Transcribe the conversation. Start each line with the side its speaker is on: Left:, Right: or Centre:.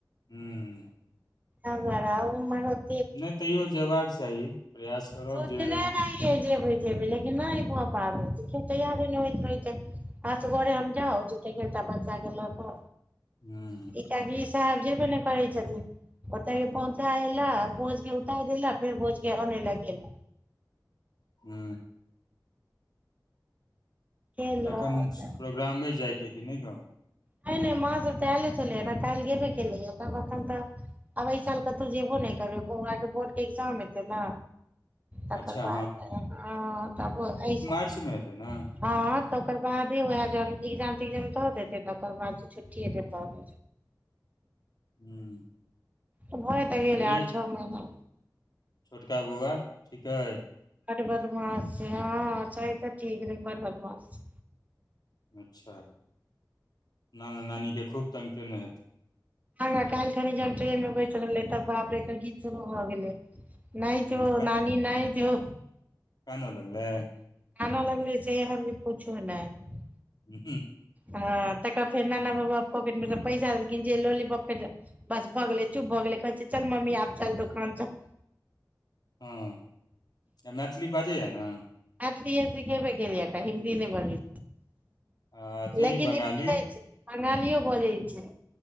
Left: हू।
Right: एमहर आबु, ओम्हर होइत।
Left: नहि तैयो जयबाक चाही, प्रयास करब
Right: सोचने
Left: जे
Right: रहियै जेबै -जेबै लेकिन नहि भऽ पाबै छै, फेर क्यों तैयारी नहि होइत रहै छै। आस घरे हम जाउ, झूठे के एकटा परसादी ल क।
Left: हू।
Right: कियाकी ई साहेब! जेबे ने करै छथिन। ओतय के पहुँचा एला, भोज के उतार देला, फेर भोज के अनेला गेल।
Left: हू।
Right: गेलक
Left: तऽखन प्रोग्राम अई जाइके, कि नहि गाँव?
Right: नहि- नहि माँ सब त अले छललै, काइले गेबे केेलैय, त अखन तऽ आब एहि साल कतो जेबो नहि करबै, बौआ के बोर्ड के एग्जाम हेतै ने। तकर
Left: अच्छा
Right: बाद इ हँ, तब अइ सा
Left: मेतै ने <unintelligible>
Right: हँ तकर बादे, वएह ज एग्जाम -तग्जाम दऽ देतै, तकर बाद छुट्टीएतै तब।
Left: हूँ
Right: भय तऽ गेलै,
Left: आ ई
Right: आठ छओ महिना।
Left: छोटका बौआ ठीक अई।
Right: ट बदमाास छै, हँ, छई तऽ ठीक, लेकिन बड बदमाास।
Left: अच्छा नाना नानीके खूब तंगग केेने हेतै।
Right: ह काल्हि खनी जब ट्रेन मे बैस रहले, तब बाप रे गीत शुरू भए गेलै। नहि
Left: हूँ
Right: जो, नानी नहि जो।
Left: कान लगलै?
Right: कान लगलै से एहन भी से पुछो नहि।
Left: हु- हूँ।
Right: हँ, तखन फेर नाना बाबा पॉकेट मे से पैसा देलखिन, जे लौली पॉप के जे बस भगले, चुप भग गेले, कहै छै, चल मम्मी आब चल दुकान चल।
Left: हँ, आ मैथिली बाजैया ने?
Right: मैथिलीये सिखेबे केलिये अखन, हिंदी नै बजै
Left: आ अथी
Right: लेकिन
Left: बंगाली
Right: ई बुझै छै, बंगालियो बजै छै।